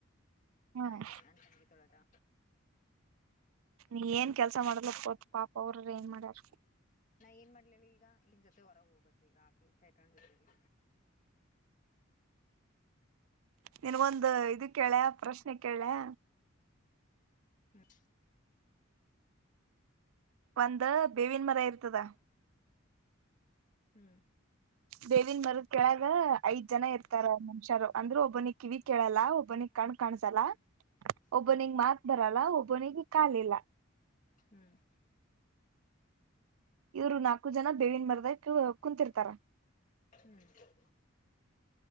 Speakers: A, on the right; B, on the left.
A: ಹ್ಮ್
B: ನಾ ಇಲ್ಲ ನಾನ್ ಚನಗೆ ತೊಳೋದ.
A: ನೀ ಏನ್ ಕೆಲ್ಸ ಮಾಡ್ಲಕ್ತ್ ಪಾಪ ಅವರರು ಏನ್ ಮಾಡ್ಯಾರ.
B: ನಾ ಏನ್ ಮಾಡ್ಲಿಲ್ಲ ಈಗ ಇನ್ ಜೊತೆ ಹೊರಗೆ ಹೋಗಬೇಕ ಈಗ ಆಾಕಿ ಸೈತನ್ ಜೊತೆಗೆ.
A: ನಿನ್ಗೊಂದು ಇದು ಕೇಳ್ಯಾ ಪ್ರಶ್ನೆ ಕೇಳ್ಯ.
B: ಹ್ಮ್.
A: ಒಂದ ಬೇವಿನ ಮರ ಇರ್ತದ.
B: ಹ್ಮ್.
A: ದೇವನ್ ಮರದ ಕೆೇಳಳಾಗ ಐದ್ ಜನ ಇರ್ತಾರ ಮನುಷ್ಯರು ಅಂದ್ರೆ ಒಬ್ಬನಿ ಕಿವಿ ಕೇಳಲ್ಲ ಒಬ್ಬನಿ ಕ. ಕಾಣಸಲ್ಲ ಓಬನಿಂಗ್
B: ಹ್ಮ್
A: ಮಾತ್ ಬರಲ್ಲ ಓಬನಿಂಗ್ ಕಾಲಿಲ್ಲ
B: ಹ್ಮ್
A: ಇವರು ನಾಲ್ಕು ಜನ ಬೇವಿನ ಮರದ ಕುಂತಿರ್ತಾರ <inaudible>
B: ಹ್ಮ್